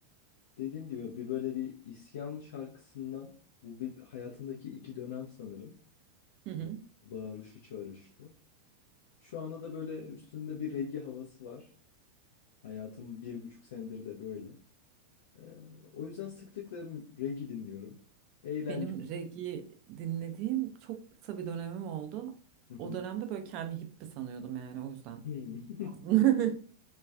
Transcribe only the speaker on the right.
Hı hı.
Benim reggae dinlediğim çok kısa bir dönemim oldu.
O dönemde böyle kendimi hippie sanıyordum yani o yüzden.
Aslında <laughs>